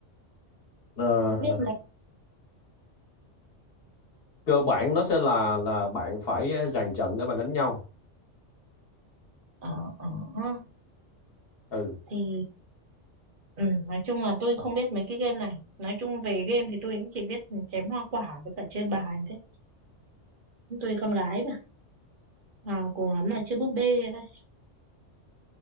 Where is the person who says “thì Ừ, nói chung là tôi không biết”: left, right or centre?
Right